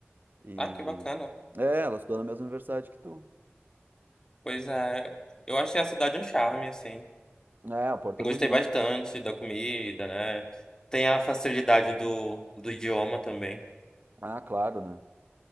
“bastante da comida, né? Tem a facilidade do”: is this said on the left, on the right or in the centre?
Left